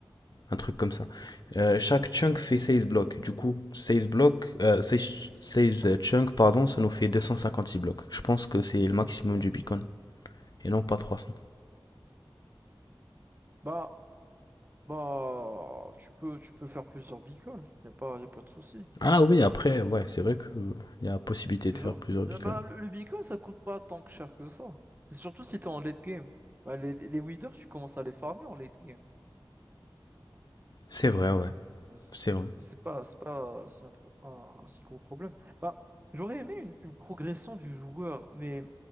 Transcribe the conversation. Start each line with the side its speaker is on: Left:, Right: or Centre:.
Left: un truc comme ça. Euh, chaque chunk fait 16 blocs. Du coup, 16 blocs, euh, 16, 16 chunks, pardon, ça nous fait 256 blocs. Je pense que c'est le maximum
Right: Ok.
Left: du Bitcoin et non pas trois cents
Right: Bah Bah, tu peux, tu peux faire plusieurs bitcoins, y a pas, y a pas de souci.
Left: Ah oui, après, ouais, c'est vrai qu'il y a possibilité
Right: Plusieurs-
Left: de faire plusieurs
Right: Bah,
Left: Bitcoins.
Right: bah, le, le bitcoin, ça coûte pas tant que cher que ça. C'est surtout si t'es en late game. Bah, les, les les withers, tu commences à les farmer en late game.
Left: C'est vrai, ouais,
Right: Bah, C'est
Left: c'est vrai.
Right: c'est pas, c'est pas, c'est un, pro- un- un si gros problème. Bah, j'aurais aimé une, une progression du joueur, mais